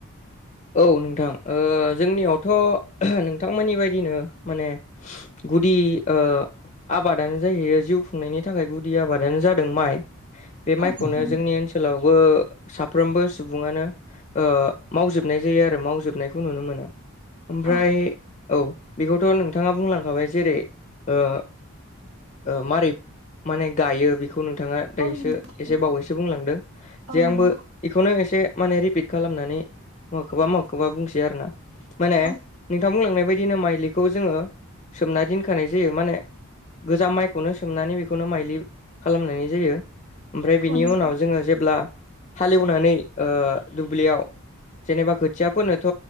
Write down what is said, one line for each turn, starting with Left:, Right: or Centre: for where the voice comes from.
Left: औ नोंथां ओ जोंनियावथ' नोंथांमोननि बायदिनो माने गुदि ओ आबादानो जाहैयो जिउ खुंनायनि थाखाय गुदि आबादानो जादों माइ। बे
Right: औ
Left: माइखौनो
Right: नंगौ
Left: जोंनि ओनसोलावबो साफ्रोमबो सुबुङानो ओ मावजोबनाय जायो आरो मावजोबनायखौ नुनो। ओमफ्राय
Right: औ
Left: औ बेखौथ' नोंथाङा बुंलांखाबाय जेरै ओ ओ मारै माने गायो बेखौ नोंथाङा
Right: औ
Left: दायोसो
Right: नंगौ औ
Left: एसे बावैसो बुंलांदों
Right: औ
Left: जे
Right: नंगौ
Left: आंबो बेखौनो एसे माने रिपिट खालामनानै मबेखौबा मबे खौबा बुंसै आर ना ।माने
Right: औ
Left: नोंथां बुंलांनाय बायदिनो माइलिखौ जोङो सोमना दोनखानाय जायो माने गोजाम माइखौनो सोमनानै बेखौनो माइलि खालामनाय जायो। ओमफ्राय बिनि
Right: औ नोंथां
Left: उनाव जोङो जेब्ला हालेवनानै ओ दुब्लियाव जेनेबा खोथिया फोनोथ'